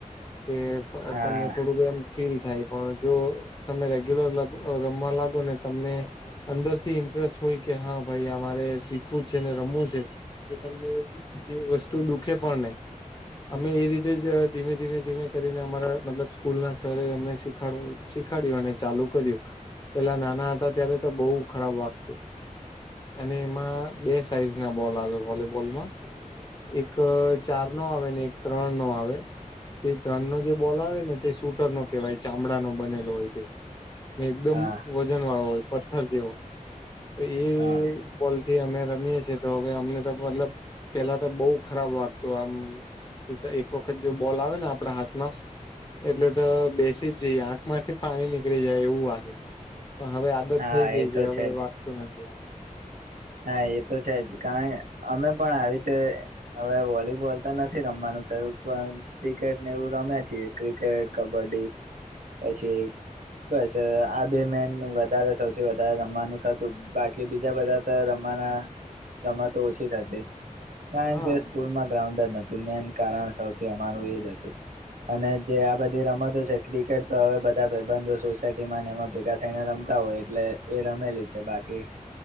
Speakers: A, on the left (about 30°); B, on the right (about 85°).
A: કે
B: હા
A: તમને થોડુંક એમ ફીલ થાય. પણ જો તમે રેગ્યુલર રમમાં લાગો ને તમને અંદરથી ઇન્ટરેસ્ટ હોય કે હા ભાઈ આ મારે શીખવું છે, ને રમવું છે. કે તમને એ વસ્તુ દુખે પણ નહી. અમે એ રીતે જ ધીમે ધીમે ધીમે કરીને અમારા મતલબ સ્કૂલના સરે અમને શીખડ શીખાડ્યું અને ચાલુ કર્યું. પેલા નાના હતા ત્યારે તો બહુ ખરાબ વાગતું. અને એમાં બે સાઈઝના બોલ આવે વોલીબોલમાં. એક ચાર નો આવે ને એક ત્રણ નો આવે. તે ત્રણ નો જે બોલ આવે ને તે શૂટર નો કેહેવાય ચામડાનો બનેલો હોય તે. ને એકદમ
B: હા
A: વજન વાળો હોય પથ્થર જેવો તો એ
B: હા
A: બોલથી અમે રમીએ છીએ તો હવે અમને તો મતલબ પેલા તો બહુ ખરાબ વાગતું આમ. એક વખત જે બોલ આવે ને આપડા હાથમાં એટલે તો બેસી જઈએ આંખમાંથી પાણી નીકળી જાય એવું વાગે. પણ હવે આદત
B: હા
A: થઈ ગઈ
B: એ તો
A: છે હવે
B: જ
A: વાગતું નથી.
B: હા એ તો છે જ. કારણ અમે પણ આવી રીતે હવે વોલીબોલ તો નથી રમવાનું થયું પણ ક્રિકેટ ને એવું રમે્યા છીએ. ક્રિકેટ, કબડ્ડી પછી બસ આ બે મેન વધારે સૌથી વધારે રમવાનું હતું. બાકી બીજા બધા ત રમવાના રમતો ઓછી થતી કારણ
A: હા
B: કે સ્કૂલમાં ગ્રાઉન્ડ જ નતું મેન કારણ સૌથી અમારું એજ હતું. અને જે આ બધી રમતો છે. ક્રિકેટ તો હવે બધા ભાઈબંધો સોસાયટીમાં એમાં ભેગા થઈને રમતા હોય એટલે એ રમેલી છે બાકી